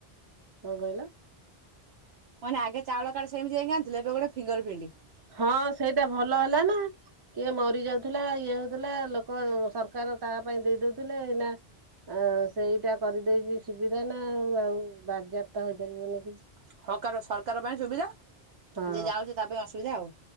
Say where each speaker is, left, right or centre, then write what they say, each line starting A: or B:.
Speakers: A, on the right (about 25°); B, on the right (about 80°).
A: କଣ କହିଲ
B: ମାନେ ଆଗେ ଚାଉଳ କଡ ସେମିତି ଯାଇି ଆଣିୁ ଏବେ ଗୋଟେ ଫଙ୍ଗ ଫିଣ୍ଡି
A: ହଁ ସେଇଟା ଭଲ ହେଲା ନା କିଏ ମ ଡି ଯାଉଥିଲା ଇଏ ହଉଥିଲା ଲୋକ ସରକାର ତା ପାଇଁ ଦେଇ ଦଉଥିଲେ ନା ଆ ସେଇଟା କରିଦେଇଛି ସୁବିଧାନା ଆଉ ଆଉ ବାରଯ୍ୟାପ୍ତ ହେଇପାରିବନି କିଛି।
B: ହକାର ସରକାର ପାଇଁ ସୁବିଧା
A: ହଁ
B: ଯିଏ ଯାଉଛି ତା ପାଇଁ ଅସୁବିଧା ଆଉ।